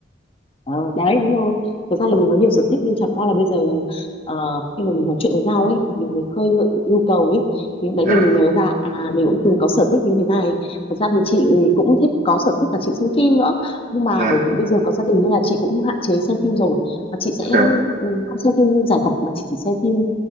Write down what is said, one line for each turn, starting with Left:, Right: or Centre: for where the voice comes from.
Left: Ờ, đấy đúng rồi thực ra là mình có nhiều sở thích nhưng chẳng qua là bây giờ ờ, khi mà mình nói chuyện với nhau ấy thì mình mới khơi gợi những nhu cầu ấy thì lúc đấy
Right: dạ
Left: mình mới nhớ ra à mình cũng từng có sở thích như thế này thật ra thì chị cũng thích có sở thích là chị xem phim nữa nhưng mà
Right: dạ
Left: bởi vì bây giờ có gia đình nên là chị cũng hạn chế xem phim rồi và chị sẽ
Right: dạ
Left: ừ, không xem phim giải tập mà chị chỉ xem phim